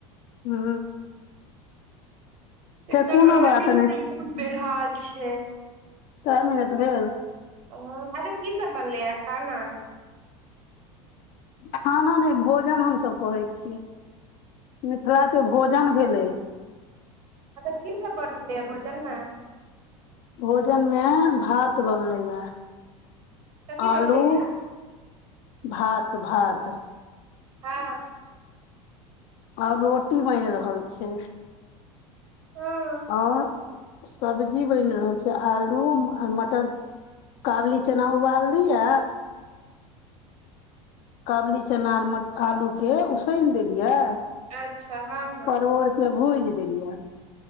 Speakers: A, on the left; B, on the right.
A: हू
B: एक तऽ
A: कोनो
B: गर्मी
A: बात नहि
B: से बहुत बेहाल छै
A: कै मिनट भेल
B: ओ आरो की सब बनलै है खाना
A: खाना नहि भोजन हमसभ कहै छियै मिथिला के भोजन भेले
B: अच्छा की सब बनले है भोजन में
A: भोजन मे भात बनले यै
B: कथी
A: आलू
B: बनलै या
A: भात भात
B: हँ
A: आओर रोटी बनि रहल छै
B: ह
A: ओ सब्जी बनि रहल छै आलू आर मटर काबुली चना उबाल लिए काबली चना आर मट आलू के उसान देलियै
B: अच्छा हँ हँ
A: परोड़ के भूज देलियै